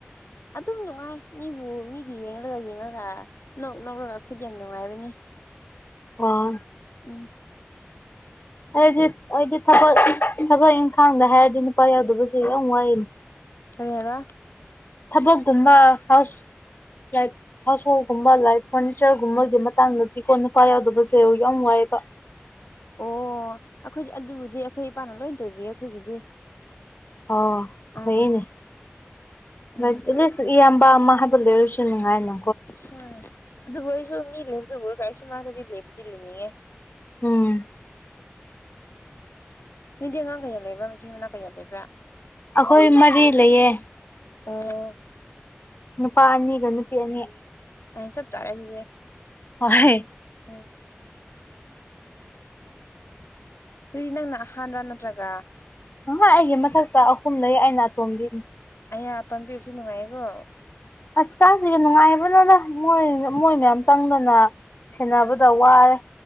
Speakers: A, on the left; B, on the left.
A: ꯑꯗꯨꯝ ꯅꯨꯡꯉꯥꯏ ꯃꯤꯕꯨ ꯃꯤꯒꯤ ꯌꯦꯡꯂꯒ ꯌꯦꯡꯂꯒ ꯅꫭꯛ ꯅꫭꯛꯔꯒ ꯑꯩꯈꯣꯏꯗꯤ ꯌꯥꯝ ꯅꯨꯡꯉꯥꯏꯕꯅꯤ
B: ꯑꫭ
A: ꯎꯝ
B: ꯑꯩꯗꯤ ꯑꯩꯗꯤ ꯊꯕꯛ ꯊꯕꯛ ꯏꯪꯈꯥꯡꯗ ꯍꯥꯏꯔꯗꯤ ꯅꯨꯄꯥ ꯌꯥꯎꯗꯕꯁꯤ ꯌꯥꯝ ꯋꯥꯏꯅꯤ
A: ꯀꯔꯤ ꯍꯥꯏꯕ
B: ꯊꯕꯛꯀꯨꯝꯕ ꯍꯥꯎꯁ <unintelligible> ꯍꯥꯎꯁ ꯍꯣꯜꯒꯨꯝꯕ ꯂꯥꯏꯛ ꯐꫪꯅꯤꯆꫪꯒꯨꯝꯕꯒꯤ ꯃꯇꯥꯡꯗꯗꯤꯀꯣ ꯅꯨꯄꯥ ꯌꯥꯎꯗꯕꯁꯦ ꯌꯥꯝ ꯋꯥꯏꯌꯦꯕ
A: ꯑꯣ ꯑꯩꯈꯣꯏꯗꯤ ꯑꯗꯨꯕꯨꯗꯤ ꯑꯩꯈꯣꯏ ꯏꯄꯥꯅ ꯂꯣꯏ ꯇꯣꯏꯕꯤ ꯑꯩꯈꯣꯏꯒꯤꯗꯤ
B: ꯑꯣ
A: ꯑꯥ
B: ꯐꯩꯌꯦꯅꯦ
A: ꯎꯝ
B: ꯂꯥꯏꯛ ꯑꯦꯠ ꯂꯤꯁ ꯏꯌꯥꯝꯕ ꯑꯃ ꯍꯥꯏꯕ ꯂꯩꯔꯁꯨ ꯁꯨ ꯅꯨꯡꯉꯥꯏꯅ
A: ꯍꯣꯏ ꯑꯗꯨꯕꯨ ꯑꯩꯁꯨ ꯃꯤ ꯂꯩꯕꯗꯕꯨꯔ ꯀꯥꯏꯁꯨ ꯃꯔꯛꯇꯗꯤ ꯂꯩꯕꯨꯗꯤ ꯂꯩꯅꯤꯡꯉꯦ
B: ꯎꯝ
A: ꯅꫭꯏꯗꯤ ꯑꯉꯥꯡ ꯀꯌꯥ ꯂꯩꯕ꯭ꯔꯥ ꯃꯆꯤꯟ ꯃꯅꯥꯎ ꯀꯌꯥ ꯂꯩꯕ꯭ꯔꯥ
B: ꯑꯩꯈꯣꯏ ꯃꯔꯤ ꯂꯩꯌꯦ
A: ꯑꯣ
B: ꯅꯨꯄꯥ ꯑꯅꯤꯒ ꯅꯨꯄꯤ ꯑꯅꯤ
A: ꯑꯦ ꯆꯞ ꯆꯥꯔꯦ ꯑꯗꯨꯗꯤ
B: ꯍꫭꯏ
A: ꯎꯝ ꯑꯗꯨꯗꯤ ꯅꯪꯅ ꯑꯍꯥꯟꯔ ꯅꯠꯇ꯭ꯔꯒ
B: ꫭꯏꯍ ꯑꯩꯒꯤ ꯃꯊꯛꯇ ꯑꯍꯨꯝ ꯂꯩ ꯑꯩꯅ ꯑꯇꯣꯝꯕꯤꯅꯤ
A: <unintelligible> ꯅꯨꯡꯉꯥꯏꯀꯣ
B: ꯑꯁ ꯀꯥꯏꯗꯒꯤ ꯅꯨꯡꯉꯥꯏꯕꯅꫭꯗ ꯃꯣꯏ ꯃꯣꯏ ꯃꯌꯥꯝ ꯆꯪꯗꯅ ꯁꯦꯟꯅꯕꯗ ꯋꯥꯔꯦ